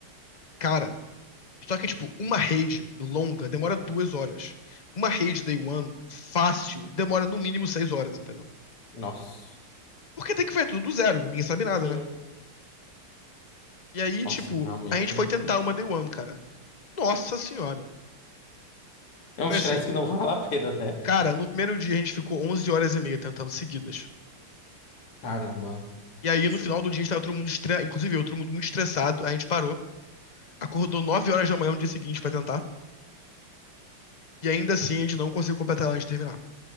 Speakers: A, on the left (about 50°); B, on the left (about 85°).
A: Cara, só que, tipo, uma raid longa demora duas horas. Uma raid day one, fácil, demora no mínimo seis horas, entendeu?
B: Nossa.
A: Porque tem que fazer tudo do zero, ninguém sabe nada,
B: Sim.
A: né? E aí,
B: Nossa,
A: tipo,
B: realmente.
A: a gente
B: <laughs>
A: foi tentar uma Day One, cara. Nossa senhora.
B: É um
A: Foi
B: estresse
A: assim,
B: que não vale a pena, né?
A: cara, no primeiro dia a gente ficou 11 horas e meia tentando seguidas.
B: Caramba.
A: E aí,
B: Nossa,
A: no final
B: não.
A: do dia, a gente tava todo mundo estressado, inclusive eu, todo mundo muito estressado, aí a gente parou, acordou 9 horas da manhã no dia seguinte pra tentar, e ainda assim a gente não conseguiu completar ela antes de terminar.